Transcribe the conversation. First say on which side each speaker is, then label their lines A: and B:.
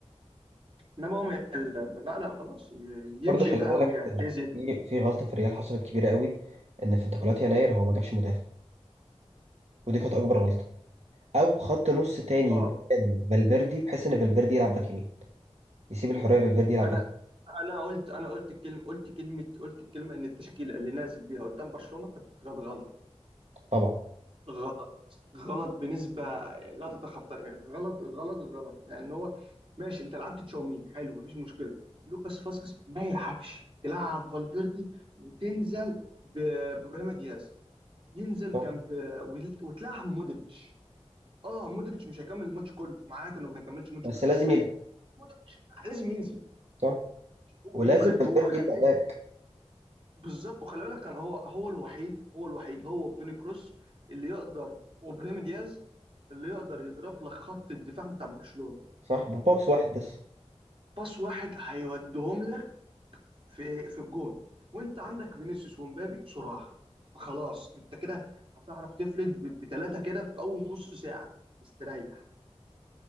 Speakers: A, on the right; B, on the right.
A: انما هو ما يعلم لا لا خلاص ي- يمشي
B: برضه خلي
A: بقى
B: بالك
A: ويعتزل
B: في في غلطه في الريال حصلت كبيره قوي ان في انتقالات يناير هو ما جابش مدافع ودي كانت اكبر غلطه او خط نص تاني
A: اه
B: مكان فالفيردي بحيث ان فالفيردي يلعب باك يمين يسيب الحريه فالفيردي يلعب
A: انا
B: باك يمين.
A: انا قلت انا قلت الكلمه قلت كلمه قلت الكلمه ان التشكيله اللي نازل بيها قدام برشلونه كانت كانت غلط
B: طبعا
A: غلط غلط بنسبه لا تتخطى يعني غلط غلط غلط يعني هو ماشي انت لعبت تشاومين حلو مفيش مشكله لوكاس فاسكس ما يلعبش تلعب فالفيردي وتنزل ب- بابراهيم دياز ينزل
B: صح
A: جنب وتلعب مودريتش اه مودريتش مش هيكمل الماتش كله معاك انه ما هيكملش الماتش
B: بس
A: كله بس
B: لازم يبدا
A: مودريتش لازم ينزل
B: صح
A: هو
B: ولازم
A: لازم
B: فالفيردي
A: هو كان
B: يبدا باك
A: عايز- بالظبط وخلي بالك كان هو هو الوحيد هو الوحيد هو وتوني كروس اللي يقدر وابراهيم دياز اللي يقدر يضرب لك خط الدفاع بتاع برشلونة
B: صح بباص واحد بس
A: باص واحد هيوديهم لك في في الجون وانت عندك فينيسيوس ومبابي صراحة خلاص انت كده هتعرف تفلت بثلاثة كده في اول نص ساعة مستريح